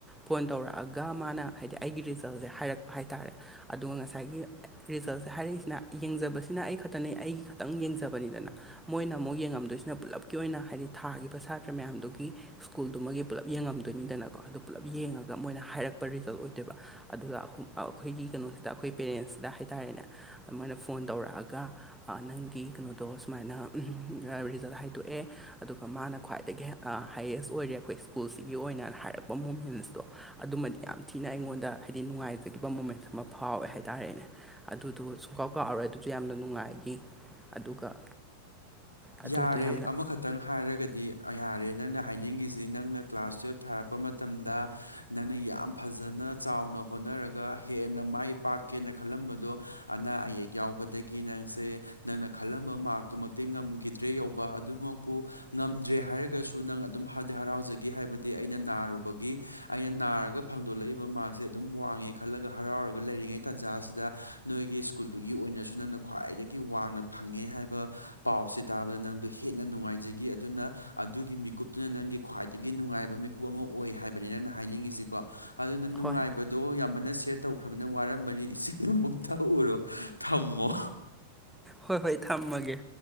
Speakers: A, in the centre; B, on the left.
A: ꯐꯣꯟ ꯇꯧꯔꯛꯑꯒ ꯃꯥꯅ ꯍꯥꯏꯗꯤ ꯑꯩꯒꯤ ꯔꯤꯖꯜꯁꯦ ꯍꯥꯏꯔꯛꯄ ꯍꯥꯏ ꯇꯥꯔꯦ ꯑꯗꯨꯒ ꯉꯁꯥꯏꯒꯤ ꯔꯤꯖꯜꯁꯦ ꯍꯥꯏꯔꯛꯏꯁꯤꯅ ꯌꯦꯡꯖꯕꯁꯤꯅ ꯑꯩ ꯈꯛꯇꯅꯦ ꯑꯩꯒꯤ ꯈꯛꯇꯪ ꯌꯦꯡꯖꯕꯅꯤ ꯗꯅꯥ ꯃꯣꯏꯅ ꯑꯃꯨꯛ ꯌꯦꯡꯉꯝꯗꯣꯏꯁꯤꯅ ꯄꯨꯜꯂꯞꯀꯤ ꯑꯣꯏꯅ ꯍꯥꯏꯗꯤ ꯊꯥꯈꯤꯕ ꯁꯥꯇ꯭ꯔ ꯃꯌꯥꯝꯗꯨꯒꯤ ꯁ꯭ꯀꯨꯜꯗꯨꯃꯒꯤ ꯄꯨꯂꯞ ꯌꯦꯡꯉꯝꯗꯣꯏꯅꯤꯗꯅ ꯀꯣ ꯑꯗꯨ ꯄꯨꯂꯞꯌꯦꯡꯉꯒ ꯃꯣꯏꯅ ꯍꯥꯏꯔꯛꯄ ꯔꯤꯖꯜ ꯑꯣꯏ ꯕ ꯑꯗꯨꯒ ꯑ ꯑꯩꯈꯣꯏꯒꯤ ꯀꯩꯅꯣꯁꯤꯗ ꯑꯩꯈꯣꯏ ꯄꯦꯔꯦꯟꯁꯁꯤꯗ ꯍꯥꯏꯇꯥꯔꯦꯅꯦ ꯑꯃꯣꯏꯅ ꯐꯣꯟ ꯇꯧꯔꯛꯑꯒ ꯅꯪꯒꯤ ꯀꯩꯅꯣꯗꯣ ꯁꯨꯃꯥꯏꯅ ꯔꯤꯖꯜ ꯍꯥꯏꯗꯣꯛꯑꯦ ꯑꯗꯨꯒ ꯃꯥꯅ ꯈ꯭ꯋꯥꯏꯗꯒꯤ ꯍꯥꯏꯌꯦꯁ ꯑꯣꯏꯔꯦ ꯑꯩꯈꯣꯏ ꯁ꯭ꯀꯨꯜꯁꯤꯒꯤ ꯑꯣꯏꯅ ꯍꯥꯏꯔꯛꯄ ꯃꯨꯃꯦꯟꯁꯇꯣ ꯑꯗꯨꯃꯗꯤ ꯌꯥꯝ ꯊꯤꯅ ꯊꯤꯅ ꯑꯩꯉꯣꯟꯗ ꯍꯥꯏꯗꯤ ꯅꯨꯡꯉꯥꯏꯖꯒꯤꯈꯤꯕ ꯃꯣꯃꯦꯟ ꯑꯃ ꯐꯥꯎꯋꯦ ꯍꯥꯏꯇꯥꯔꯦꯅꯦ ꯑꯗꯨꯗꯣ ꯁꯨꯡꯀꯥꯎ ꯀꯥꯎꯥꯎꯔꯣꯏ ꯑꯗꯨꯁꯨ ꯌꯥꯝꯅ ꯅꯨꯡꯉꯥꯏꯈꯤ ꯑꯗꯨꯒ
B: ꯌꯥꯔꯦ
A: ꯑꯗꯨꯗꯣ ꯌꯥꯝꯅ
B: ꯑꯃꯈꯛ ꯇꯪ ꯍꯥꯏꯔꯒꯗꯤ ꯌꯥꯔꯦ ꯅꯪꯅ ꯍꯥꯏꯅꯤꯡꯉꯤꯁꯤ ꯅꯪꯅ ꯀ꯭ꯂꯥꯁ ꯇꯨꯌꯦꯜꯞ ꯊꯥꯔꯛꯄ ꯃꯇꯝꯗ ꯅꯪꯅ ꯌꯥꯝ ꯐꯖꯅ ꯆꯥꯎꯅ ꯍꯣꯠꯅꯔꯒ ꯍꯦꯟꯅ ꯃꯥꯏ ꯄꯥꯛꯀꯦꯅ ꯈꯜꯂꯝꯕꯗꯣ ꯑꯅꯥ ꯑꯌꯦꯛ ꯌꯥꯎꯕꯗꯒꯤ ꯅꯪꯁꯦ ꯅꯪꯅ ꯈꯜꯂꯝꯕ ꯃꯥꯔꯛꯇꯨꯃꯛꯇꯤ ꯉꯝ ꯒꯤꯗ꯭ꯔꯦ ꯌꯧꯕ ꯑꯗꯨꯃꯛꯄꯨ ꯉꯝꯗ꯭ꯔꯦ ꯍꯥꯏꯔꯒꯁꯨ ꯅꯪ ꯑꯗꯨꯝ ꯍꯔꯥꯎꯖꯒꯦ ꯍꯥꯏꯕꯗꯤ ꯑꯩꯅ ꯅꯥꯔꯨꯕꯒꯤ ꯑꯩꯅ ꯅꯥꯔꯒ ꯐꯪꯗꯣꯂꯛꯏꯕ ꯃꯥꯔꯛꯁꯦ ꯑꯗꯨꯝ ꯋꯥꯡꯉꯦ ꯈꯜꯂꯒ ꯍꯔꯥꯎꯔꯒ ꯂꯩꯔꯤꯉꯩ ꯇꯥꯟꯖꯥꯁꯤꯗ ꯅꯣꯏꯒꯤ ꯀꯨꯜꯗꯨꯒꯤ ꯑꯣꯏꯅꯁꯨ ꯅꯪꯅ ꯈ꯭ꯋꯥꯏꯗꯒꯤ ꯋꯥꯡꯅ ꯐꯪꯉꯦ ꯍꯥꯏꯕ ꯄꯥꯎꯁꯦ ꯇꯥꯕꯗ ꯅꯪꯗ ꯍꯦꯟꯅ ꯅꯨꯡꯉꯥꯏꯖꯈꯤ ꯑꯗꯨꯅ ꯑꯗꯨꯒꯤ ꯃꯤꯀꯨꯞꯇꯨꯅ ꯅꯪꯒꯤ ꯈ꯭ꯋꯥꯏꯗꯒꯤ ꯅꯨꯡꯉꯥꯏꯕ ꯃꯤꯀ ꯑꯃ ꯑꯣꯏ ꯍꯥꯏꯕꯅꯤ ꯅꯪꯅ ꯍꯥꯏꯅꯤꯡꯏꯁꯤꯀꯣ ꯑꯗꯨꯅ ꯅꯨꯡꯉꯥꯏꯕ
A: ꯍꯣꯏ
B: ꯗꯣ ꯌꯥꯝꯃꯟꯅ ꯁꯦꯌꯔ ꯇꯧꯈ꯭ꯔꯕꯅꯤꯅ ꯋꯥꯔꯝꯃꯅꯤ ꯏꯁꯤꯡꯗꯨꯃꯨ ꯊꯛꯎꯔꯣ ꯊꯝꯃꯣ
A: ꯍꯣꯏ ꯍꯣꯏ ꯊꯝꯃꯒꯦ